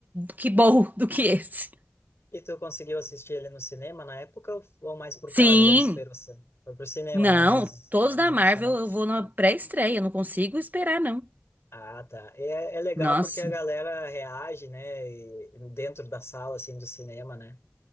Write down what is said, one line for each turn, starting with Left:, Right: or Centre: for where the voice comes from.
Right: que bom <laughs> do que esse.
Left: E tu conseguiu assistir ele no cinema na época ou, ou mais por
Right: Sim,
Left: causa da esperança? Foi pro cinema,
Right: não,
Left: né? Mais,
Right: todos da
Left: mais emocionante.
Right: Marvel eu vou na pré-estreia, não consigo esperar não.
Left: Ah, tá. É, é legal
Right: Nossa.
Left: porque a galera reage, né? e- dentro da sala, assim, do cinema, né?